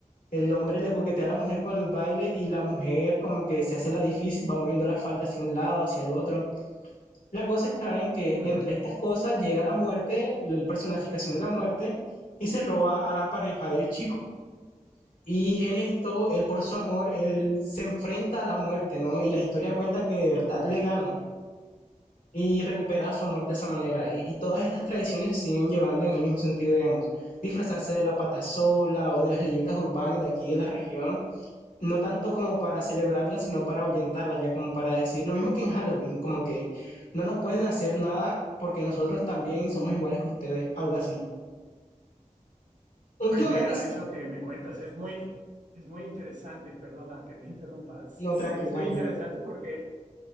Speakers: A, on the left; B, on the right.
A: El hombre le coquetea a la mujer con el baile y la mujer como que se hace la difícil, va moviendo la falda hacia un lado, hacia el otro. La cosa está en que
B: Ujú.
A: entre estas cosas llega la muerte, la personificación de la muerte, y se roba a la pareja del chico. Y en esto, él por su amor, él se enfrenta a la muerte, ¿no? Y la historia cuenta que de verdad le gana y recupera su amor de esa manera. Y, y todas estas tradiciones se siguen llevando en el mismo sentido, digamos, disfrazarse de la patasola o de las leyendas urbanas de aquí de la región no tanto como para celebrarla, sino para ahuyentarla, ya como para decir lo mismo que en Halloween, como que no nos pueden hacer nada porque nosotros también somos iguales que ustedes, algo así. Últimamente,
B: Pues mira,
A: es-
B: eso que me cuentas es muy, es muy interesante. Perdona que te interrumpa. Sí,
A: no, tranqui,
B: es
A: tranqui.
B: muy interesante porque